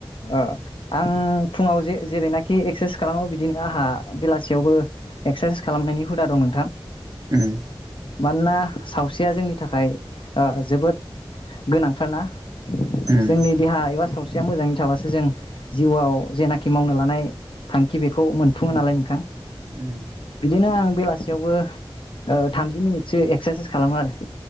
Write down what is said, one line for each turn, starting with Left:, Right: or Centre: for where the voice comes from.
Left: ओ आं फुङाव जे-जेरैनाखि एक्सारसाइस खालामो बिदिनो आंहा बेलासियावबो एक्सारसाइस खालामनायनि हुदा दं नोंथां
Right: उम
Left: मानोना सावस्रिया जोंनि थाखाय ओ जोबोद गोनांथार ना
Right: उम
Left: जोंनि देहा एबा सावसि सिया मोजाङै थाबासो जों जिउआव जेनाखि मावनो लानाय थांखि बेखौ मोनफुङो नालाय नोंथां
Right: उम
Left: बिदिनो आं बेलासियावबो थामजि मिनिटसो एक्सारसाइस खालामो आरो